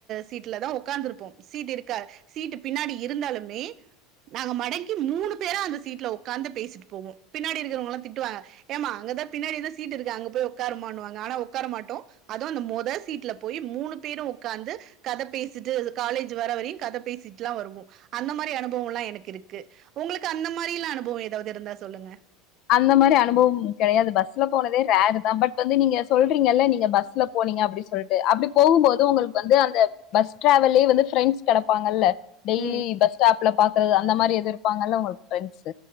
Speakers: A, on the right; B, on the left.
A: சீட்லதா உட்கார்ந்து இருப்போம் சீட் இருக்க சீட்டு பின்னாடி இருந்தாலுமே நாங்க மடக்கி மூணு பேர அந்த சீட்ல உட்காந்து பேசிட்டு போவோ பின்னாடி இருக்கிறவங்கல்லா திட்டுவாங்க ஏமா அங்கதான் பின்னாடிதான் சீட் இருக்கு அங்க போய் உட்காருமானு வாங்க ஆனா உட்கார மாட்டோ அதுவு அந்த மொத சீட்ல போய் மூணு பேரு உட்காந்து கத பேசிட்டு காலேஜ் வர வரையு கத பேசி ட்டுல வருவோ அந்த மாரி அனுபவம்ல்லா எனக்கு இருக்கு உங்களுக்கு அந்த மாரிலா அனுபவோ ஏதாவது இருந்தா சொல்லுங்க
B: அந்த மாரி அனுபவோ கெடயாது பஸ்ல போனதே ரேரு தான் பட் வந்து நீங்க சொல்றீங்கல்ல நீங்க பஸ்ல போனீங்க அப்டின்னு சொல்லிட்டு அப்டி போகும்போது உங்களுக்கு வந்து அந்த பஸ் டிரவல்லே வந்து பிரெண்ட்ஸ் கெடப்பாங்கல்ல டெய்லியு
A: ம்
B: பஸ் ஸ்டாப்ல பாக் அந்த மாரி எதோ இருப்பாங்கல்ல உங்களுக்கு பிரெண்ட்ஸ்